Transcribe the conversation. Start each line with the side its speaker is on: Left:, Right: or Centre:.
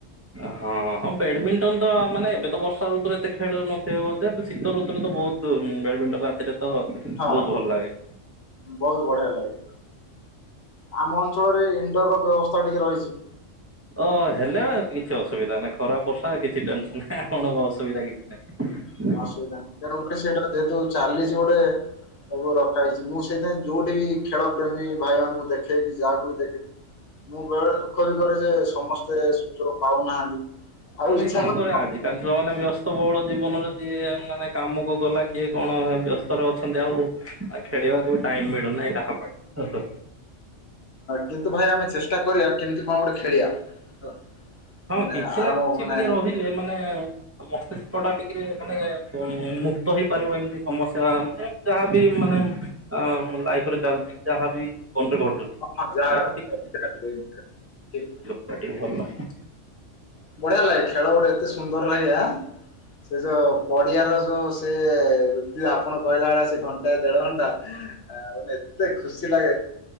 Right: ହଁ ହଁ ବେଡମିଣ୍ଟନ ତ ମାନେ ଏବେ ତ ବର୍ଷା ଋତୁରେ ଏତେ ଖେଳୁନଥିବେ ବୋଧେ ଶୀତ ଋତୁରେ ତ ବହୁତ ବ୍ୟାଡମିଣ୍ଟନ ରାତିରେ ତ ବହୁତ
Left: ହଁ
Right: ଭଲ ଲାଗେ
Left: ବହୁତ ବଢିଆ ଲାଗେ। ଆମ ଅଞ୍ଚଳରେ ଇନଣ୍ଡୋରର ବ୍ୟବସ୍ଥା ଟିକେ ରହିଛି।
Right: ଅ ହେଲେ କିଛି ଅସୁବିଧା ନାହିଁ ଖରା ବର୍ଷା କିଛି ଟେନସନ ନାହିଁ ଆପଣଙ୍କ ଅସୁବିଧା କିଛି ନାହିଁ <unintelligible>
Left: ଅସୁବିଧା ନାହିଁ ତେଣୁକରି ସେଇଟା ଯେହେତୁ ଚାଲିଛି ଗୋଟେ ସବୁ ରଖା ହେଇଛି ମୁଁ ସେଇଥିାଇଁ ଯୋଉଠି ବି ଖେଳ ପ୍ରେମୀ ଭାଇମାନାନଙ୍କୁ ଦେଖେ କି ଯାହାକୁ ବି ଦେଖେ ମୁଁ ବେଳେ ବଳେ ଦୁଃଖ ବି କରେ ଯେ ସମସ୍ତେ ସୁଯୋଗ ପାଉନାହାନ୍ତି ଆଉ
Right: ଆ ନାଇଁ
Left: ଇଚ୍ଛା
Right: କଣ
Left: କରେ
Right: କର ଆଜିକାଲି ତ ମାନେ ବ୍ୟସ୍ତ ବେସ୍ତ ବୋହୁଲ ଜୀବନରେ ଯିଏ ମାନେ କାମକୁ ଗଲା କିଏ କଣ ବ୍ୟସ୍ତ ଅଛନ୍ତି ଆଉ ଆ ଖେଳିବାକୁ ଟାଇମ ମିଳୁନାହିଁ କାହା ପାଇଁ
Left: କିନ୍ତୁ ଭାଇ ଆମେ ଚେଷ୍ଟା କରିବା କେମିତି କଣ ଗୋଟେ ଖେଳିବା ହେଲା
Right: ହଁ
Left: ମାନେ
Right: କିଛି
Left: ଆରାମଭ
Right: ନା କିଛି
Left: ମାନେ
Right: ଟିକେ ରହିଲେ ମାନେ ମସ୍ତିଷ୍କ ଟା ଟିକେ ମାନେ ମୁକ୍ତ ହେଇପାରିବ ଏମିତି ସମସ୍ୟା ମାନେ ଯାହାବି ମାନେ ଆଁ ଲାଇଫରେ ଚାଲିଛି ଯାହାବି ଘଟୁଛି
Left: <unintelligible>
Right: ତାଠୁ ସେଠିକ ଭଲ <inaudible>
Left: ବଢିଆ ଲାଗେ ଖେଳ ଗୋଟେ ଏତେ ସୁନ୍ଦର ଲାଗେ ସେ ଯୋଉ ପଡିଆର ଯୋଉ ସେ ଋତୁ ଆପଣ କହିଲା ଭେଳିଆ ଦେଢ ଘଣ୍ଟା ଏତେ ଖୁସି ଲାଗେ